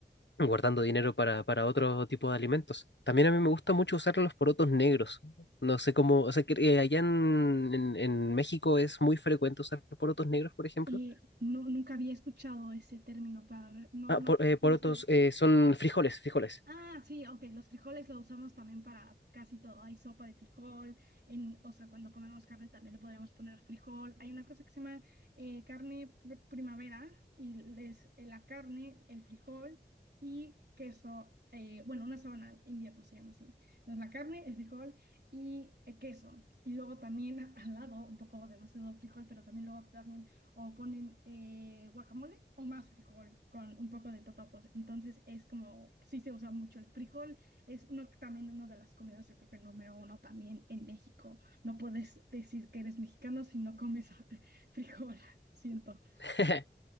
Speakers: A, on the left; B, on the right.
A: guardando dinero para, para otro tipo de alimentos. También a mí me gusta mucho usar los porotos negros. No sé cómo, o sea, que eh, allá en, en- en México es muy frecuente usar porotos negros, por ejemplo.
B: Eh, no, nunca había escuchado ese término para, re- no,
A: Ah,
B: no,
A: por- eh, porotos
B: no sé
A: eh, son frijoles, frijoles.
B: Ah, sí, ok, los frijoles lo usamos también para casi todo. Hay sopa de frijol, en, o sea, cuando comemos carne también le podríamos poner frijol. Hay una cosa que se llama eh, carne pr- primavera y es eh, la carne, el frijol y queso, eh, bueno, una sábana invierno se llama así. Entonces la carne, el frijol y eh, queso. Y luego también <laughs> a- al lado, un poco demasiado frijol, pero también luego también o ponen eh, guacamole o más frijol con un poco de totopos. Entonces es como, sí se usa mucho el frijol, es uno, también una de las comidas, yo creo que número uno también en México. No puedes decir que eres mexicano si no comes <laughs> frijol, siento.
A: <laughs>